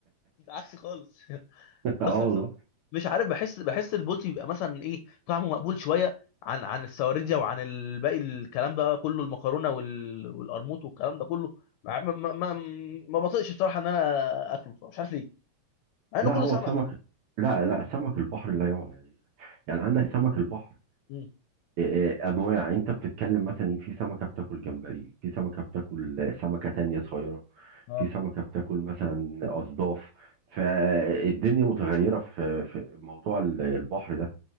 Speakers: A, on the left; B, on the right.
A: انت عكسي خالص <laughs>
B: <laughs>
A: اصل
B: اه والله
A: بصراحه مش عارف بحس بحس البولتي بيبقى مثلا ايه طعمه مقبول شويه عن عن السواردية وعن الباقي الكلام ده كله المكرونه وال... والقرموط والكلام ده كله ما ما ما, ما بطيقش بصراحه ان انا اكله بصراحة. مش عارف ليه مع
B: لا
A: انه كله
B: هو
A: سمك
B: سمك
A: يعني
B: لا لا سمك البحر لا يعلى يعني يعني عندك سمك البحر
A: مم.
B: آه، آه، انواع انت بتتكلم مثلا إيه، في سمكه بتاكل جمبري في سمكه بتاكل آه، سمكه تانية صغيره
A: اه
B: في سمكة بتاكل مثلا أصداف فالدنيا متغيرة في في موضوع ال- البحر ده